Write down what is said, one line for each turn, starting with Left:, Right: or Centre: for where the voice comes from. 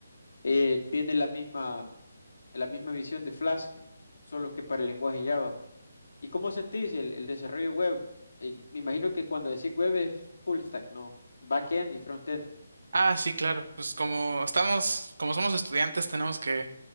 Left: eh, tiene la misma, la misma visión de Flask, solo que para el lenguaje Java. ¿Y cómo sentís el, el desarrollo web? Eh, me imagino que cuando decís web es full stack, ¿no? Backend y frontend.
Right: Ah, sí, claro. Pues como estamos, como somos estudiantes, tenemos que